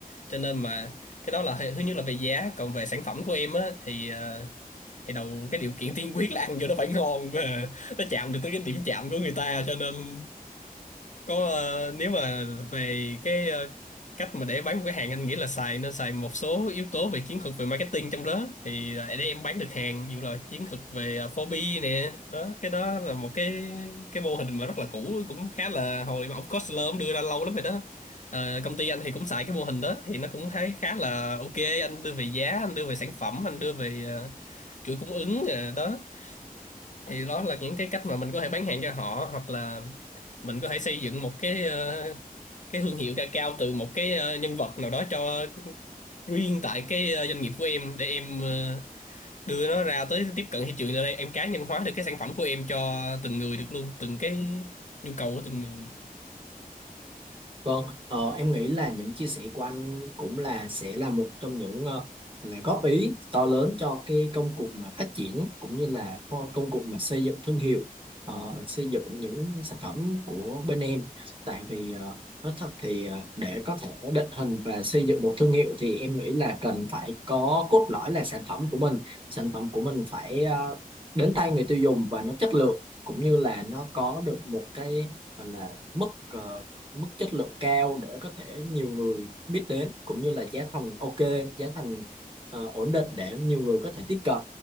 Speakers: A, on the left; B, on the right.
A: Cho nên mà cái đó là thứ nhất là về giá, còn về sản phẩm của em á thì ờ, thì đầu cái điều kiện tiên quyết là ăn vô nó phải ngon và <laughs> nó chạm được tới cái điểm chạm của người ta cho nên có ờ, nếu mà về cái ờ, cách mà để bán một cái hàng anh nghĩ là xài nên xài một số yếu tố về chiến thuật về marketing trong đó thì ờ, để em bán được hàng dù là chiến thuật về ờ, 4B nè đó cái đó là một cái cái mô hình mà rất là cũ cũng khá là hồi mà ông Costler ông đưa ra lâu lắm rồi đó Ờ, công ty anh thì cũng xài cái mô hình đó thì nó cũng thấy khá là ok anh đưa về giá anh đưa về sản phẩm anh đưa về ờ, chuỗi cung ứng ờ, đó thì đó là những cái cách mà mình có thể bán hàng cho họ hoặc là mình có thể xây dựng một cái ờ, cái thương hiệu cacao từ một cái ờ, nhân vật nào đó cho riêng tại cái ờ, doanh nghiệp của em để em ờ, đưa nó ra tới tiếp cận thị trường ở đây em cá nhân hóa được cái sản phẩm của em cho từng người được luôn từng cái nhu cầu của từng người
B: Vâng, ờ, em nghĩ là những chia sẻ của anh cũng là sẽ là một trong những ờ, là góp ý to lớn cho cái công cuộc mà phát triển cũng như là co- công cuộc mà xây dựng thương hiệu, ờ, xây dựng những sản phẩm của bên em. Tại vì ờ, nói thật thì ờ, để có thể định hình và xây dựng một thương hiệu thì em nghĩ là cần phải có cốt lõi là sản phẩm của mình, sản phẩm của mình phải ờ, đến tay người tiêu dùng và nó chất lượng cũng như là nó có được một cái gọi là mức ờ, mức chất lượng cao để có thể nhiều người biết đến cũng như là giá thành ok giá thành ờ, ổn định để nhiều người có thể tiếp cận